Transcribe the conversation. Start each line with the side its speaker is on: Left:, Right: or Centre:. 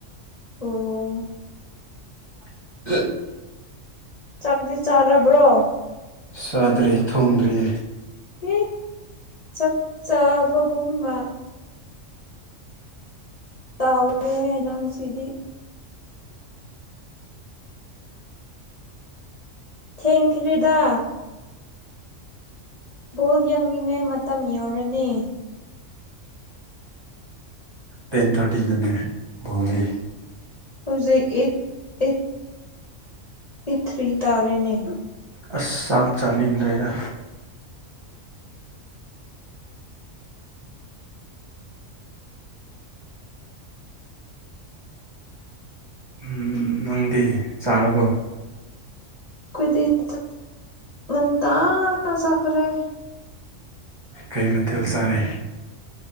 Left: ꯑꯣ
Right: <unintelligible>
Left: ꯆꯥꯛꯗꯤ ꯆꯥꯔꯕ꯭ꯔꯣ
Right: ꯆꯥꯗ꯭ꯔꯤ ꯊꯣꯡꯗ꯭ꯔꯤꯌꯦ
Left: ꯑꯦ ꯆꯥꯛ ꯆꯥꯕꯒꯨꯝꯕ ꯃ ꯇꯥꯎꯔꯦꯍꯦ ꯅꯪ ꯁꯤꯗꯤ ꯊꯦꯡꯈ꯭ꯔꯦꯗ ꯕꯣꯜ ꯌꯦꯡꯂꯤꯉꯥꯏ ꯃꯇꯝ ꯌꯧꯔꯅꯤ
Right: ꯇꯦꯟ ꯊꯥꯔꯇꯤꯗꯅꯦ ꯕꯣꯜꯗꯤ
Left: ꯍꯧꯖꯤꯛ ꯑꯦꯠ ꯑꯦꯠ ꯑꯦꯠ ꯊ꯭ꯔꯤ ꯇꯥꯔꯦꯅꯦ
Right: ꯑꯁ ꯆꯥꯛ ꯆꯥꯅꯤꯡꯗ꯭ꯔꯦꯗ ꯎꯝ ꯅꯪꯗꯤ ꯆꯥꯔꯕꯣ
Left: ꯈꯣꯏꯗꯤ ꯆꯥꯛ ꯉꯟꯇꯥꯅ ꯆꯥꯈꯔꯦ
Right: ꯀꯩ ꯃꯊꯦꯜ ꯆꯥꯔꯦ